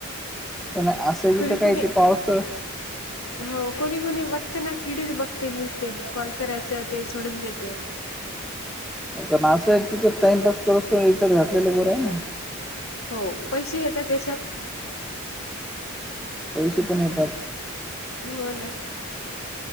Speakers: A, in the centre; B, on the left.
A: प नाही असे बी
B: कुणी
A: तर
B: कुणी
A: काय इ तेे पाऊस तर
B: हो कोणी कोणी बघते ना किडेच बघते नसते कॉल करायचं ते सोडून देते.
A: हो ना असं आहे तिच्या टाइमपास कर विचार घातलेला बरं आहे ना
B: हो पैसे येत त्याच्यात
A: पैसे पण येतात.
B: हो ना